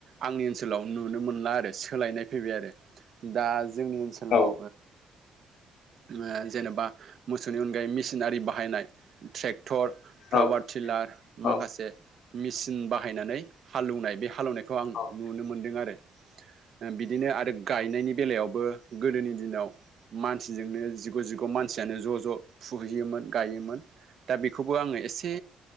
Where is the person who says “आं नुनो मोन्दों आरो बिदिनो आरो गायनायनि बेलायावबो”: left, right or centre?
Right